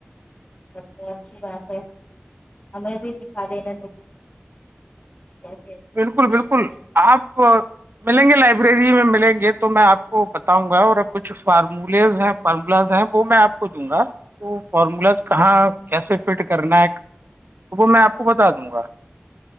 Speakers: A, on the left; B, on the right.
A: سب تو اچھی بات ہے ہمیں بھی سکھا دینا کیسے کیا
B: بالکل بالکل
A: جاتا ہے نومیریکل۔
B: آپ ملیں گے لائبریری میں ملیں گے تو میں آپ کو بتاؤں گا اور کچھ فارمولیز ہیں فارمولاز ہیں وہ میں آپ کو دوں گا وہ فارمولاز کہاں کیسے فٹ کرنا ہے تو وہ میں آپ کو بتا دوں گا